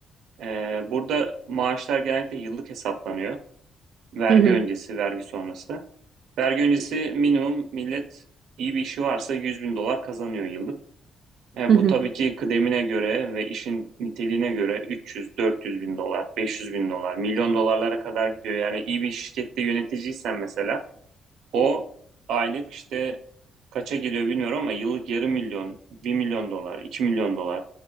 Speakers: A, on the right (about 80°); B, on the right (about 50°).
A: Ee, burada maaşlar genellikle yıllık hesaplanıyor. Vergi
B: Hı hı.
A: öncesi, vergi sonrası. Vergi öncesi minimum millet iyi bir işi varsa 100 bin dolar kazanıyor yıllık. Ee,
B: Hı hı.
A: bu tabii ki kıdemine göre ve işin niteliğine göre 300-400 bin dolar, 500 bin dolar, milyon dolarlara kadar gidiyor. Yani iyi bir şirkette yöneticiysen mesela o aylık işte kaça geliyor bilmiyorum ama yıllık yarım milyon, bir milyon dolar, iki milyon dolar